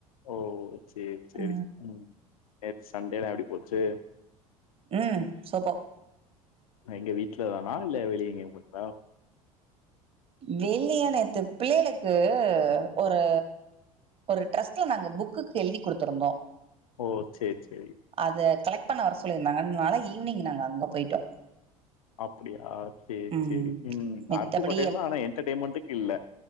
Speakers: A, on the left (about 70°); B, on the right (about 30°).
A: ஓ சேரி
B: அ
A: சே நேத்து சண்டேல்லாம் எப்படி போச்சு
B: ம் சூப்பர்
A: எங்க வீட்டுல தானா இல்ல வெளிய எங்க போனீகளா
B: வெள்ளியானேத்து பிள்ளைகளுக்கு ஒரு ஒரு ட்ரஸ்ட்ல நாங்க புக்குக்கு எழுதி கொடுத்திருந்தோம்.
A: ஓ சேரி சேரி
B: அது கலெக்ட் பண்ண வர சொல்லியிருந்தாங்கனால ஈவினிங் நாங்க அங்க போயிட்டோ
A: அப்படியா சேரி
B: ம்
A: சேரி உம்
B: மித்தபடி
A: அருக்கபுக்கொட்டேன்னா ஆனா என்டர்டயன்மெண்ட்டுக்கு இல்ல